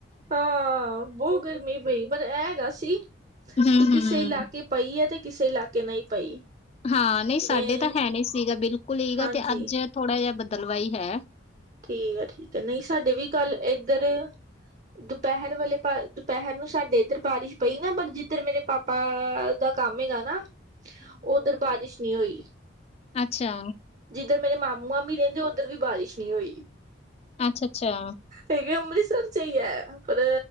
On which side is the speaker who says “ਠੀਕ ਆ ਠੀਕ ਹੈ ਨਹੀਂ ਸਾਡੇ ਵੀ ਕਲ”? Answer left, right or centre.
Right